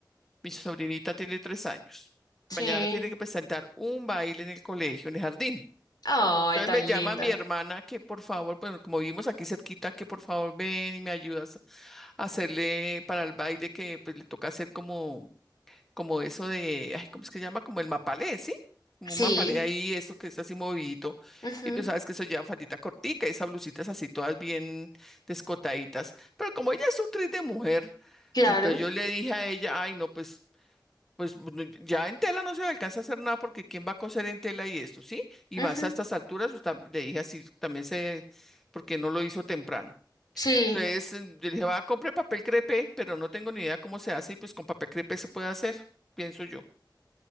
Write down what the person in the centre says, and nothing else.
Mi sobrinita tiene tres años.
Mañana tiene que presentar un baile en el colegio, en el jardín.
Entonces
me llama
mi hermana que por favor, bueno, como vivimos aquí cerquita, que por favor ven y me ayudas a hacerle para el baile que pues le toca hacer como, como eso de, ay, ¿cómo es que se llama? Como el mapalé, ¿sí? Como
un mapalé ahí, eso que es así movidito.
Y tú sabes que eso lleva faldita cortica, esas blusitas así todas bien descotaditas. Pero como ella es un tris de mujer,
entonces yo le dije a ella, ay, no, pues pues pues, no- ya en tela no se le alcanza a hacer nada porque quién va a coser en tela y esto, ¿sí? Y
más a estas alturas, pues, tam- le dije así, también sé porque no lo hizo temprano.
Entonces, eh, yo le dije, va, compre papel crepé, pero no tengo ni idea cómo se hace y pues con papel crepé se puede hacer, pienso yo.